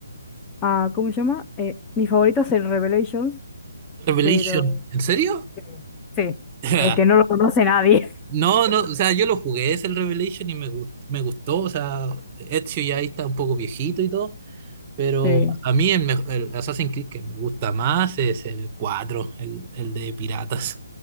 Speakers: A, on the left; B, on the right.
A: ah ¿cómo se llama? Eh, mi favorito es el Revelations,
B: Revelation.
A: pero
B: ¿En serio?
A: Sí, sí,
B: <laughs>
A: el que no eh, lo conoce nadie.
B: No, no, o sea, yo lo jugué, es el Revelation y me gust- me gustó, o sea, Ezio ya ahí está un poco viejito y todo. Pero
A: <laughs> sí,
B: a mí el, mejo- el Assassin's Creed que me gusta más es el cuatro el, el de piratas.